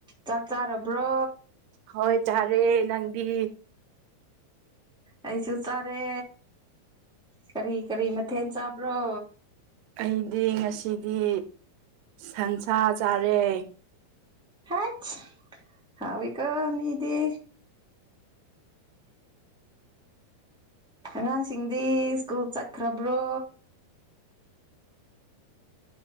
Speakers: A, in the centre; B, on the right.
A: ꯆꯥꯛ ꯆꯥꯔꯕ꯭ꯔꯣ
B: ꯍꯣꯏ ꯆꯥꯔꯦ ꯅꯪꯗꯤ
A: ꯑꯩꯁꯨ ꯆꯥꯔꯦ ꯀꯔꯤ ꯀꯔꯤ ꯃꯊꯦꯜ ꯆꯥꯕ꯭ꯔꯣ
B: ꯑꯩꯗꯤ ꯉꯁꯤꯗꯤ ꯁꯟꯁꯥ ꯆꯥꯔꯦ
A: ꯍꯦꯆ ꯍꯥꯎꯋꯤꯒꯣ ꯃꯥꯗꯤ ꯑꯉꯥꯡꯁꯤꯡꯗꯤ ꯁ꯭ꯀꯨꯜ ꯆꯠꯈ꯭ꯔꯕ꯭ꯔꯣ